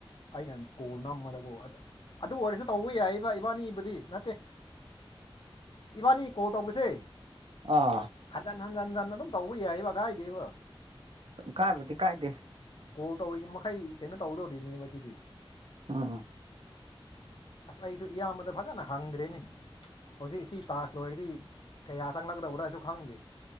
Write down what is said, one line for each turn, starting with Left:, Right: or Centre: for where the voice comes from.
Left: ꯑꯩꯅ ꯀꯣꯜ ꯅꯝꯃꯗꯀꯣ ꯑꯗ ꯑꯗꯨ ꯑꯣꯏꯔꯁꯨ ꯇꯧꯕ ꯌꯥꯏꯕ ꯏꯕꯥꯅꯤꯕꯨꯗꯤ ꯅꯠꯇꯦ ꯏꯕꯥꯅꯤ ꯀꯣꯜ ꯇꯧꯕꯁꯦ
Right: ꯑꯥ
Left: ꯍꯟꯖꯟ ꯍꯟꯖꯤꯟ ꯍꯟꯖꯟ ꯑꯗꯨꯝ ꯇꯧꯕ ꯌꯥꯏꯕ ꯀꯥꯏꯗꯦꯕ
Right: ꯀꯥꯏꯕꯣꯗꯤ ꯀꯥꯏꯗꯦ
Left: ꯀꯣꯜ ꯇꯧꯔꯤ ꯃꯈꯩ ꯀꯩꯅꯣ ꯇꯧꯗꯧꯔꯤꯅꯤ ꯃꯁꯤꯗꯤ
Right: ꯎꯝ
Left: ꯑꯁ ꯑꯩꯁꯨ ꯏꯌꯥꯝꯕꯗ ꯐꯖꯅ ꯍꯪꯗ꯭ꯔꯦꯅꯦ ꯍꯧꯖꯤꯛꯁꯤ ꯇꯥꯛꯁ ꯂꯣꯏꯔꯗꯤ ꯀꯌꯥ ꯆꯪꯂꯗꯕ꯭ꯔꯥꯁꯨ ꯈꯪꯗꯦ